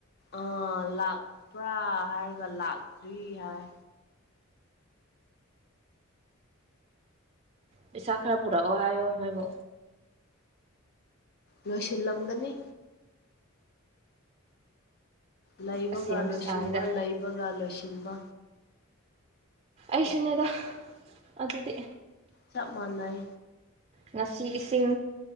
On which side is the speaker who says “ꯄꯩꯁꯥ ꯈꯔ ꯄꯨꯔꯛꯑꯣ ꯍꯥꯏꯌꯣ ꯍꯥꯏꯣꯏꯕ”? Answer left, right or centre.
Right